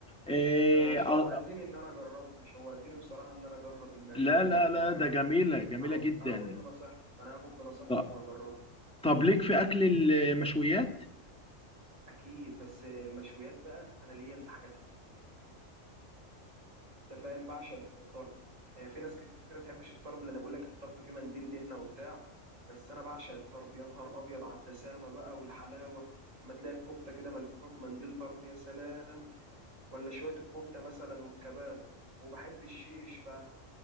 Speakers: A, in the centre; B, on the right.
A: آه،
B: أنت شوقتني ان انا اجربها شوقتني بصراحه ان انا اجرب الماريا
A: لا
B: دي
A: لا لا ده جميلة
B: فهاخد
A: جميلة جدا
B: هاخد بنصيحتك انا هاخد بنصيحتك
A: طب
B: واجربها
A: طب ليك في أكل المشويات؟
B: اكيد بس المشويات بقى انا ليا في الحاجات انت فاهم بعشق الطرب آه، في ناس كتير ما بتحبش الطرب لان انا بقول لك الطرب فيه منديل دهنه وبتاع بس انا بعشق الطرب يا نهار ابيض على الدسامه بقى والحلاوه ما تلاقي الكفته كده ملفوفه في منديل طرب يا سلام ولا شويه الكفته مثلا والكباب وبحب الشيش ف